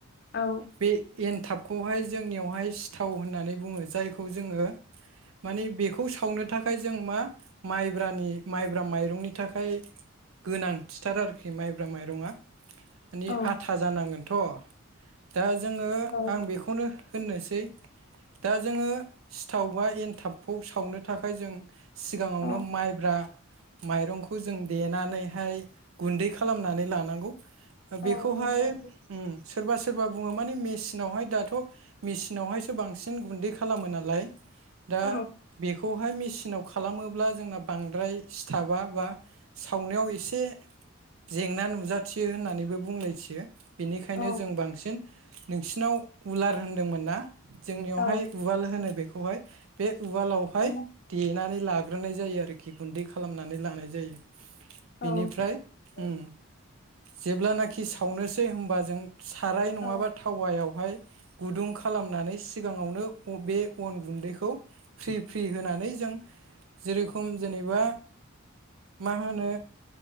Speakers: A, on the left; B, on the right.
A: औ।
B: बे एनथाबखौहाय जोंनियावहाय सिथाव होननानै बुङो। जायखौ जोङो मानि बेखौ सावनो थाखाय जों मा माइब्रानि माइब्रा माइरंनि थाखाय गोनांथिथार आरोखि माइब्रा माइरङआ माने
A: औ
B: आथा जानांगोन। थ' दा जोङो
A: औ
B: आं बेखौनो होननोसै दा जोङो सिथाव बा एनथाबखौ सावनो थाखाय जों सिगाङावनो
A: औ
B: माइब्रा माइरंखौ जों देनानैहाय गुन्दै खालामनानै लानांगौ। ओ बेखौहाय
A: औ नंगौ
B: ओम सोरबा सोर सोरबा बुङो माने मेचिनावहाय दाथ' मेचिनावहायसो बांसिन गुन्दै खालामो नालाय। दा
A: औ
B: बेखौहाय मेचिनाव खालामोब्ला जोंना बांद्राय सिथाबा बा सावनायाव एसे जेंना नुजाथियो होननानैबो बुंलायथियो। बेनिखायनो
A: औ
B: जों बांसिन नोंसिनाव उलार होनदोंमोन ना? जोंनियावहाय
A: औ
B: उवाल होनो बेखौहाय बे उवालावहाय
A: औ
B: देनानै ला ग्रोनाय जायो आरोखि गुन्दै खालामनानै लानाय जायो।
A: औ
B: बेनिफ्राय
A: औ
B: ओम जेब्लानाखि सावनोसै होमबा जों साराय नङाबा
A: औ
B: थावायावहाय गुदुं खालामनानै सिगाङावनो <inaudible> बे अन गुन्दैखौ फ्रि फ्रि होनानै जों जेरखम जेनेबा मा होनो